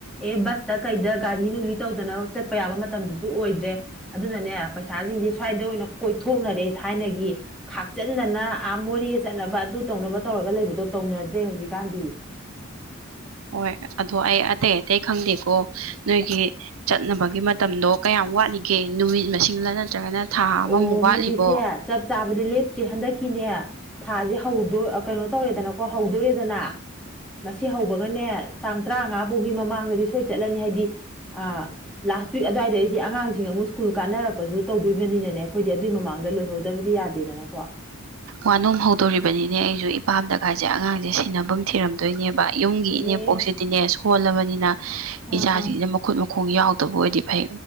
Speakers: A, in the centre; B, on the right.
A: ꯑꯦ ꯕꯁꯇ ꯀꯩꯗ ꯒꯥꯔꯤ ꯅꯨꯡꯂꯤ ꯇꯧꯗꯅ ꯆꯠꯄ ꯌꯥꯕ ꯃꯇꯝꯗꯨꯖꯨ ꯑꯣꯏꯗ꯭ꯔꯦ ꯑꯗꯨꯅꯅꯦ ꯄꯩꯁꯥꯖꯤꯡꯖꯦ ꯁ꯭ꯋꯥꯏꯗ ꯑꯣꯏꯅ ꯀꯣꯏꯊꯣꯛꯅꯔꯦ ꯊꯥꯏꯅꯒꯤ ꯈꯥꯛꯆꯟꯗꯅ ꯑꯥ ꯃꯣꯔꯦ ꯆꯠꯅꯕ ꯑꯗꯨ ꯇꯧꯅꯕ ꯇꯧꯔꯒ ꯂꯩꯕꯗꯣ ꯇꯧꯅꯗ꯭ꯔꯦ ꯍꯧꯖꯤꯛꯀꯥꯟꯗꯤ
B: ꯍꯣꯏ ꯑꯗꯣ ꯑꯩ ꯑꯇꯩ ꯑꯇꯩ ꯈꯪꯗꯦꯀꯣ ꯅꯣꯏꯒꯤ ꯆꯠꯅꯕꯒꯤ ꯃꯇꯝꯗꯣ ꯀꯌꯥꯝ ꯋꯥꯠꯂꯤꯒꯦ ꯅꯨꯃꯤꯠ ꯃꯁꯤꯡꯂ ꯅꯠꯇ꯭ꯔꯒꯅ ꯊꯥ ꯑꯃꯃꯨꯛ
A: ꯑꯣ
B: ꯋꯥꯠꯂꯤꯕꯣ
A: ꯅꯨꯃꯤꯠꯁꯦ ꯆꯞ ꯆꯥꯕꯗꯤ ꯂꯦꯞꯇ꯭ꯔꯤ ꯍꯟꯗꯛꯀꯤꯅꯦ ꯊꯥꯖꯦ ꯍꯧꯗꯣ ꯑꯥ ꯀꯩꯅꯣ ꯇꯧꯔꯦꯗꯅꯀꯣ ꯍꯧꯗꯣꯔꯦꯗꯅ ꯃꯁꯤ ꯍꯧꯕꯒꯅꯦ ꯇꯥꯡ ꯇꯔꯥꯉꯥ ꯕꯧꯒꯤ ꯃꯃꯥꯡꯗꯗꯤ ꯁꯣꯏ ꯆꯠꯂꯅꯤ ꯍꯥꯏꯗꯤ ꯑ ꯂꯥꯁ ꯋꯤꯛ ꯑꯗ꯭ꯋꯥꯏꯗꯩꯗꯤ ꯑꯉꯥꯡꯁꯤꯡ ꯑꯃꯨꯛ ꯁ꯭ꯀꯨꯜ ꯀꯥꯟꯅꯔꯛꯄꯖꯨ ꯇꯧꯗꯣꯏ ꯕꯅꯤꯅꯅꯦ ꯑꯈꯣꯏꯗꯤ ꯑꯗꯨꯏ ꯃꯃꯥꯡꯗ ꯂꯣꯏꯍꯧꯗꯕꯗꯤ ꯌꯥꯗꯦꯗꯅꯀꯣ
B: ꯋꯥꯅꯣꯝ ꯍꯧꯗꯣꯔꯤꯕꯅꯤꯅꯦ ꯑꯩꯖꯨ ꯏꯄꯥꯝꯗꯒꯖꯦ ꯑꯉꯥꯡꯖꯦ ꯁꯦꯅꯕꯝ ꯊꯤꯔꯝꯗꯣꯏꯅꯦꯕ ꯌꯨꯝꯒꯤ
A: ꯑꯦ
B: ꯏꯅꯦꯄꯣꯛꯁꯤꯗꯤꯅꯦ ꯁꯣꯜꯂꯕꯅꯤꯅ
A: ꯑꯥ
B: ꯏꯆꯥꯖꯤꯡꯖꯤꯅ
A: ꯑꯥ
B: ꯃ ꯈꯨꯠ ꯃꯈꯣꯡ ꯌꯥꯎꯗꯕ ꯑꯣꯏꯗꯤ ꯐꯩ